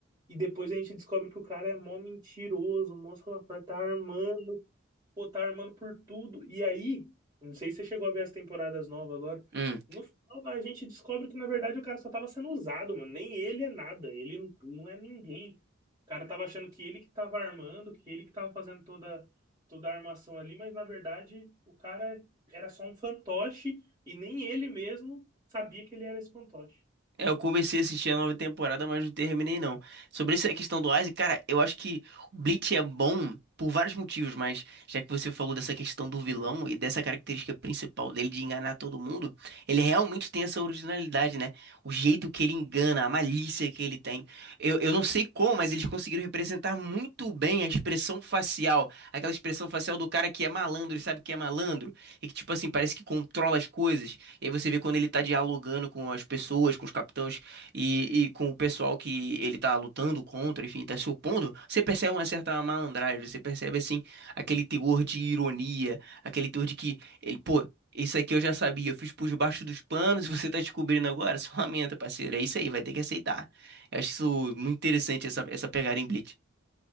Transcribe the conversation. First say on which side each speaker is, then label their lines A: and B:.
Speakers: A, on the right; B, on the right.
A: E depois a gente descobre que o cara é mó mentiroso, mó safado, tá armando Pô, tá armando por tudo. E aí, não sei se você chegou a ver as temporadas novas agora.
B: Hum.
A: No final, a gente descobre que, na verdade, o cara só tava sendo usado, mano. Nem ele é nada. Ele não não é ninguém. O cara tava achando que ele que tava armando, que ele que tava fazendo toda, toda a armação ali, mas, na verdade, o cara era só um fantoche e nem ele mesmo sabia que ele era esse fantoche.
B: É, eu comecei a assistir a nova temporada, mas não terminei não. Sobre essa questão do Isaac, cara, eu acho que o Bleach é bom por vários motivos, mas já que você falou dessa questão do vilão e dessa característica principal dele de enganar todo mundo, ele realmente tem essa originalidade, né? O jeito que ele engana, a malícia que ele tem. Eu, eu não sei como, mas eles conseguiram representar muito bem a expressão facial, aquela expressão facial do cara que é malandro e sabe que é malandro, e que, tipo assim, parece que controla as coisas. E aí você vê quando ele tá dialogando com as pessoas, com os capitães e, e com o pessoal que ele tá lutando contra, enfim, tá se opondo, você percebe uma certa malandragem, você percebe assim aquele teor de ironia, aquele teor de que ele, pô, isso aqui eu já sabia, eu fiz por debaixo dos panos e você tá descobrindo agora, só lamenta, parceiro, é isso aí, vai ter que aceitar. Eu acho isso muito interessante essa essa pegada em Bleach.